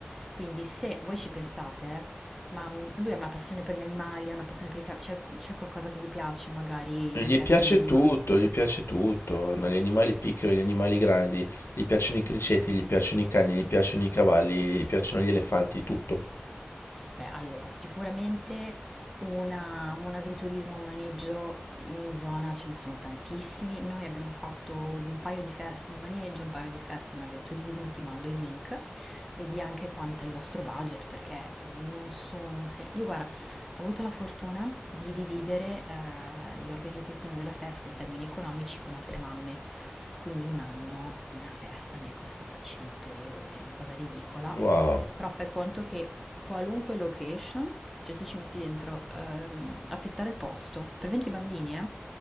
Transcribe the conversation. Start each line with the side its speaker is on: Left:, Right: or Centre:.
Centre: quindi se voi ci pensate, eh, ma mm, lui ha una passione per gli animali, ha una passione per i ca- c'è, c'è qualcosa che gli piace magari
Left: Gli
Centre: in termini
Left: piace
Centre: di animali.
Left: tutto, gli piace tutto, dagli animali piccoli agli animali grandi, gli piacciono i criceti, gli piacciono i cani, gli piacciono i cavalli, gli piacciono gli elefanti, tutto.
Centre: Beh, allora, sicuramente una- un agriturismo, un maneggio in, in zona ce ne sono tantissimi. Noi abbiamo fatto un paio di feste in un maneggio, un paio di feste in un agriturismo, ti mando i link. Vedi anche quanto è il vostro budget, perché non sono... se- Io guarda, ho avuto la fortuna di dividere eh, l'organizzazione della festa in termini economici con altre mamme. Quindi un anno una festa mi è costata 100 euro, che è una cosa ridicola,
Left: Wow.
Centre: però fai conto che qualunque location, cioè tu ci metti dentro ehm, affittare il posto per 20 bambini, eh,